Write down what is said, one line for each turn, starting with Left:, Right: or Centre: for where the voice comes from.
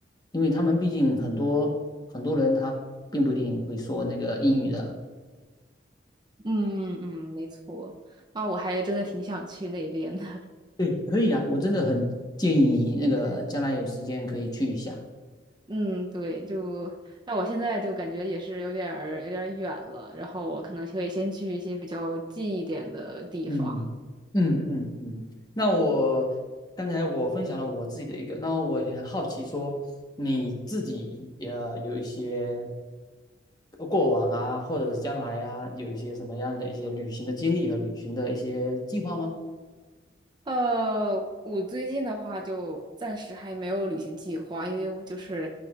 Left: 因为他们毕竟很多很多人他并不一定会说那个英语的，
Right: 嗯嗯，没错。啊，我还真的挺想去那边的，
Left: 对，可以啊，我真的很建议你那个将来有时间可以去一下。
Right: 嗯，对，就，但我现在就感觉也是有点儿有点儿远了，然后我可能可以先去一些比较近一点的地方。
Left: 嗯嗯嗯嗯。那我刚才我分享了我自己的一个，那我也很好奇说你自己也有一些过往啊，或者是将来啊，有一些什么样的一些旅行的经历和旅行的一些计划吗？
Right: 呃，我最近的话就暂时还没有旅行计划，因为我就是，